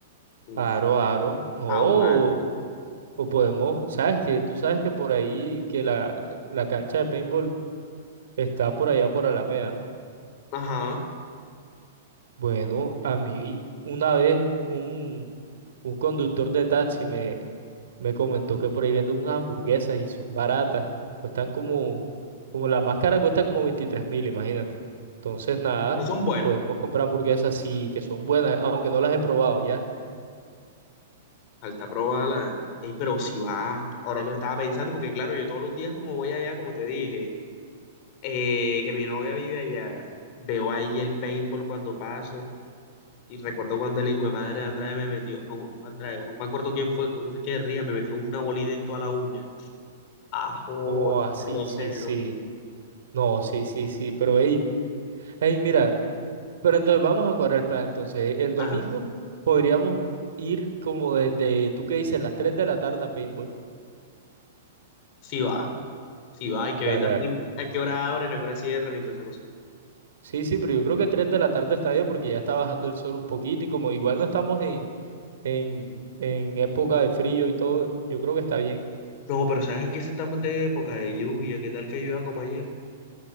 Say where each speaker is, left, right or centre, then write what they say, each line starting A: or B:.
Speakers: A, on the left; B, on the right.
A: Uf,
B: aro, aro. No,
A: aguanta.
B: o, o podemos, sabes que tú sabes que por ahí, que la, la cancha de paintball está por allá por Alameda, ¿no?
A: Ajá,
B: Bueno, a mí una vez un Un conductor de taxi me, me comentó que por ahí venden unas hamburguesas y son baratas. Cuestan como, como la máscara cuesta como veintitrés mil, imagínate. Entonces, nada,
A: no son buenas.
B: podemos comprar hamburguesas así, que son buenas, aunque no las he probado ya.
A: Falta probarlas. Ey, pero si va, ahora que lo estaba pensando, porque claro, yo todos los días como voy allá, como te dije, eh, que mi novia vive allá, veo ahí el paintball cuando paso. Y recuerdo cuando el hijo de madre de Andrade me metió, no, no fue Andrade, no me acuerdo quién fue, creo que fue Echeverría, me metió una bolita en toda la uña. Ajo,
B: Oh,
A: qué
B: así,
A: grosero.
B: sí, sí. sí. No, sí, sí, sí, pero hey, hey, mira, pero entonces vamos a cuadrar el plan. Entonces, el domingo
A: Ajá.
B: podríamos ir como desde, ¿tú qué dices? Las 3 de la tarde a paintball.
A: Sí va, sí va, hay que
B: Dale,
A: ver también
B: dale.
A: a qué hora abren, a qué hora cierran y toda esa cosa.
B: Sí, sí, pero yo creo que 3 de la tarde está bien porque ya está bajando el sol un poquito y como igual no estamos en, en, en época de frío y todo, yo creo que está bien.
A: No, pero sabes que estamos de época de lluvia, qué tal que llueva como ayer.